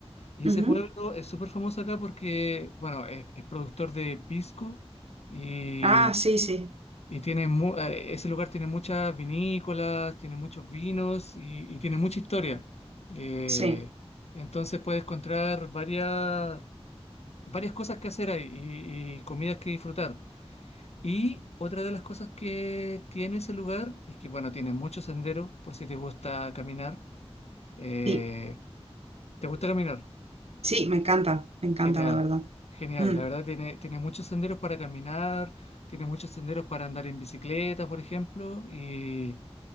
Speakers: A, on the left (about 75°); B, on the right (about 70°).
A: Y
B: Ujú.
A: ese pueblo es súper famoso acá porque, bueno, es, es productor de pisco y,
B: Ah, sí, sí,
A: y tiene mu- eh, ese lugar tiene muchas vinícolas, tiene muchos vinos y, y tiene mucha historia. Eh,
B: sí,
A: entonces puedes encontrar varias, varias cosas que hacer ahí y, y comidas que disfrutar. Y otra de las cosas que tiene ese lugar es que, bueno, tiene muchos senderos por si te gusta caminar. Eh,
B: sí,
A: ¿te gusta caminar?
B: sí, me encanta, me encanta,
A: Genial,
B: la verdad.
A: genial.
B: Mm,
A: La verdad tiene, tiene muchos senderos para caminar, tiene muchos senderos para andar en bicicleta, por ejemplo, y,